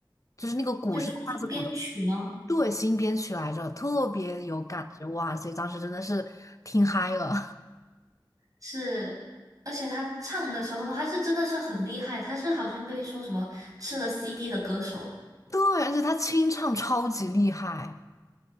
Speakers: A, on the left; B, on the right.
A: 就是那个鼓是架子鼓的，
B: 就重新编曲吗？
A: 对，新编曲来着，特别有感觉哇！所以当时真的是听嗨了，
B: 是，而且他唱的时候，他是真的是很厉害，他是好像被说什么吃了 CD 的歌手。
A: <laughs> 对，而且他清唱超级厉害。